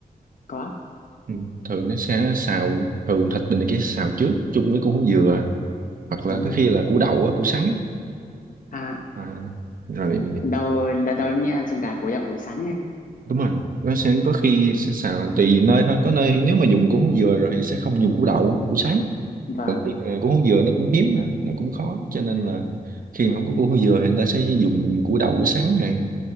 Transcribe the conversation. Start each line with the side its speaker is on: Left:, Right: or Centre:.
Left: Có,
Right: Ừ, thường nó sẽ xào thường thịt này kia xào trước chung với củ dừa hoặc là
Left: đúng rồi
Right: có
Left: ạ.
Right: khi là củ đậu á củ sắn á.
Left: À,
Right: à, rồi
Left: Lần đầu lần đầu em nghe dùng cả củ đậu củ sắn ấy anh
Right: đúng rồi nó sẽ có khi sẽ xào tùy nơi thôi có nơi nếu mà dùng củ hú dừa rồi thì sẽ không dùng củ đậu củ sắn
Left: vâng
Right: còn khi mà củ hú dừa nó cũng hiếm mà nó cũng khó cho nên là khi mà không có củ hú dừa thì người ta sẽ dùng củ đậu củ sắn này